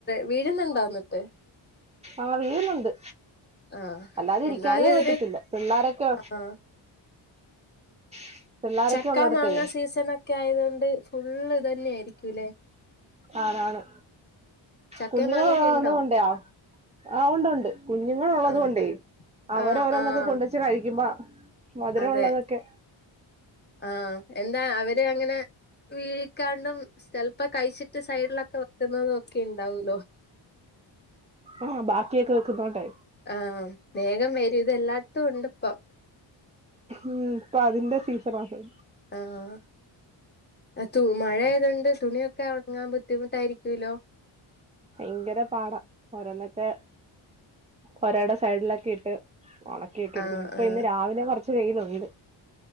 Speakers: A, on the left (about 20°); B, on the right (about 15°).
A: വീഴ്ന്ന്ണ്ടോ ഇന്നിട്ട്
B: ആഹ് വീഴുന്നുണ്ട്
A: ആഹ്
B: അല്ലാതെ ഇരിക്കാനേ
A: എന്നാലും ഇതിന്
B: പറ്റത്തില്ല പിള്ളാരൊക്കെ
A: ആഹ്
B: <unintelligible>
A: ചക്കാ
B: ഉള്ളിടത്തേ
A: മാങ്ങ സീസണ് ഒക്കെ ആയതോണ്ട് ഫുള്ള് ഇത് തന്നെ ആയിരിക്കും ലേ
B: ആണ് ആണ്
A: ചക്കയും
B: കുഞ്ഞുങ്ങള്
A: മാങ്ങയൊക്കെ ഉണ്ടോ
B: ഉള്ള ഒണ്ടേയെ ആഹ് ഒണ്ട് ഒണ്ട് കുഞ്ഞുങ്ങള് ഒള്ളത്
A: ആഹ്
B: കൊണ്ടേ അവര്
A: ആഹ്
B: ഓരോന്നൊക്കെ
A: ആഹ്
B: കൊണ്ട് വെച്ച് കഴിക്കുമ്പൊ മധുരം
A: അതെ
B: ഒള്ളതൊക്കെ
A: ആഹ് എന്താ അവര് അങ്ങനെ വീഴിക്കാണ്ടും ചെലപ്പോ കയിച്ചിട്ട് സൈഡിലൊക്കെ വെക്കുന്നതും ഒക്കെ ഇണ്ടാവൂല്ലോ
B: ആഹ് ബാക്കിയൊക്കെ വെക്ക്ന്നോണ്ടേ
A: ആഹ് വേഗം വെരും ഇത് എല്ലായിത്തും ഒണ്ട് ഇപ്പം
B: ഉം ഇപ്പം അതിന്റെ സീസനാണ്
A: ആഹ് ആ തു മഴ ആയാതൊണ്ട് തുണിയൊക്കെ ഒണങ്ങാൻ ബുദ്ധിമുട്ടായിരിക്കൂല്ലോ
B: ബയങ്കര പാടാ ഓരോന്നൊക്കെ പോരാടെ സൈഡിലൊക്കെ ഇട്ട് ഒണക്കിയൊക്കെ എട്ക്ക്ന്ന്
A: ആഹ്
B: ഇപ്പൊ
A: ആഹ്
B: ഇന്ന് രാവിലെ കൊറച്ച് വേയില് ഒണ്ട്